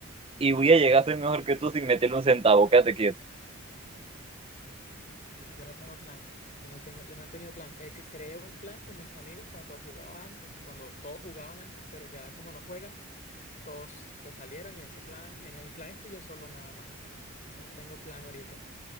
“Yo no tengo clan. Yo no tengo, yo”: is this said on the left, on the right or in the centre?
Left